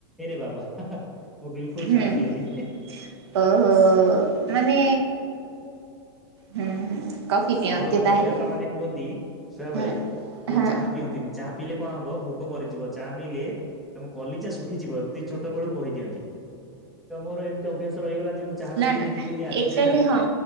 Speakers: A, in the centre; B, on the right (about 80°).
A: ଏରେ ବାବା ମୁଁ ବିଲକୁଲ
B: ହୁଁ
A: ଚା ପିଏନି।
B: ଓହୋ। ମାନେ ହୁଁ ହୁଁ। କଫି ପିଅନ୍ତି
A: ଆମର
B: ତାହେଲେ
A: ଜେଜେବାପା ମାନେ କୁହନ୍ତି। ଛୁଆବେଳେ
B: ହଁ
A: କେବେ
B: ହଁ
A: ଚାହା ପିଅନ୍ତିନି, ଚାହା ପିଇଲେ କଣ ହବ ଭୋ ଭୋକ ମରିଯିବ ଚା ପିଇଲେ ତମେ କଲିଚା ଶୁଖିଯିବ, ଏମତି ଛୋଟବେଳୁ କହିଦିଅନ୍ତି। ତ ମୋର ଏମିତି ଅଭ୍ୟାସ ରହିଗଲା ଯେ ମୁଁ ଚାହା
B: ନା
A: ପିଲିନି
B: ନା
A: ପିଲିନି ଆଜି
B: ଏକ୍ଚୁଆଲି
A: ଯାଏ
B: ହଁ